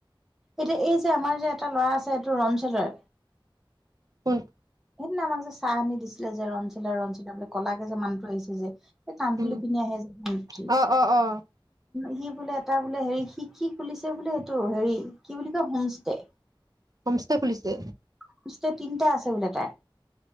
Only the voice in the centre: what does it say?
এতিয়া এই যে আমাৰ যে এটা ল'ৰা আছে এইটো ৰণচেলৰ
সেই দিনা আমাক যে চাহ আনি দিছিলে যে ৰনচিলা ৰনচিতা বোলে কলাকে যে মানহটো আহিছে যে হে কাণফুলি
পিন্ধি আহে যে <unintelligible>
সি বোলে এটা বোলে হেৰি শিক্ষি খুলিছে বোলে এইটো হেৰি কি বুলি কয় হোমষ্টে।
হোমষ্টে তিনিটা আছে বোলে তাৰ।